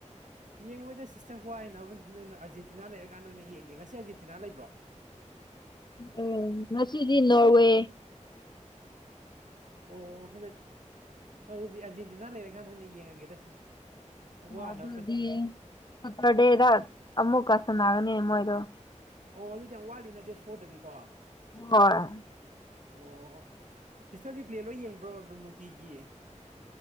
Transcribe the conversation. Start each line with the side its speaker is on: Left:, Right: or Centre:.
Right: ꯌꯦꯡꯉꯣꯏꯗ ꯁꯤꯁꯇꯔ ꯋꯥꯏ ꯍꯥꯏꯅꯕꯅꯤ ꯑꯗꯨꯅ ꯑꯥꯔꯖꯦꯟꯇꯤꯅꯥ ꯂꯩꯔꯀꯥꯟꯗꯣꯏ ꯑꯣꯏꯅ ꯌꯦꯡꯒꯦ ꯉꯁꯤ ꯑꯥꯔꯖꯦꯟꯇꯤꯅꯥ ꯂꯩꯕ꯭ꯔꯣ
Left: ꯑ ꯉꯁꯤꯗꯤ ꯅꯋꯦ
Right: ꯑꯣ <unintelligible> ꯑꯗꯨꯗꯤ ꯑꯥꯔꯖꯦꯟꯇꯤꯅꯥ ꯂꯩꯔꯀꯥꯟꯗ ꯑꯣꯏꯅ ꯌꯦꯡꯉꯒꯦꯗ ꯁꯤꯁꯇꯔ꯫ ꯋꯥꯅꯕ
Left: ꯑꯗꯨꯗꯤ ꯁꯠꯇꯔꯗꯦꯗ ꯑꯃꯨꯛꯀ ꯁꯅꯔꯅꯤ ꯃꯣꯏꯗꯣ꯫
Right: ꯑꯣ ꯑꯗꯨꯗꯤ ꯌꯥꯝ ꯋꯥꯠꯂꯤꯅ ꯗꯦꯠ ꯐꯣꯔꯗꯅꯤꯀꯣ꯫
Left: ꯍꯣꯏ_ _
Right: ꯑꯣ ꯁꯤꯁꯇꯔꯗꯤ ꯄ꯭ꯂꯦ ꯂꯣꯏ ꯌꯦꯡꯕ꯭ꯔꯣ ꯅꯨ ꯅꯨꯡꯇꯤꯒꯤ꯫